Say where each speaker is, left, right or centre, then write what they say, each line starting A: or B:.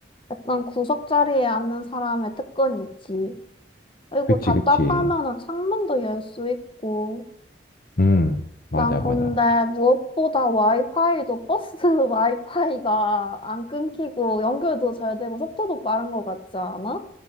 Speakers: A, on the left (about 30°); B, on the left (about 55°).
A: 약간 구석 자리에 앉는 사람의 특권이 있지. 그리고
B: 그치,
A: 답답하면은
B: 그치.
A: 창문도 열 수 있고.
B: 음, 맞아,
A: 난 근데
B: 맞아.
A: 무엇보다 와이파이도 버스 <laughs> 와이파이가 안 끊기고 연결도 잘 되고 속도도 빠른 것 같지 않아?